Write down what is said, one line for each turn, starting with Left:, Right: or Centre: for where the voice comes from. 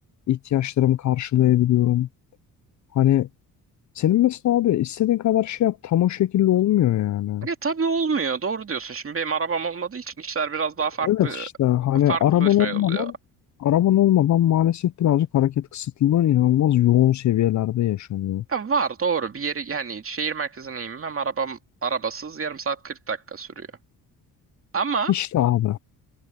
Left: İhtiyaçlarımı karşılayabiliyorum. Hani Senin mesela abi istediğin kadar şey yap tam o şekilde olmuyor yani.
Right: Ya tabii olmuyor. Doğru diyorsun. Şimdi benim arabam olmadığı için işler biraz daha farklı
Left: Evet işte hani
Right: farklı
Left: araban
Right: şey
Left: olmadan
Right: oluyor.
Left: araban olmadan maalesef birazcık hareket kısıtlılığın inanılmaz yoğun seviyelerde yaşanıyor.
Right: Ya var doğru bir yeri yani şehir merkezine inmem arabam arabasız yarım saat 40 dakika sürüyor. Ama
Left: İşte abi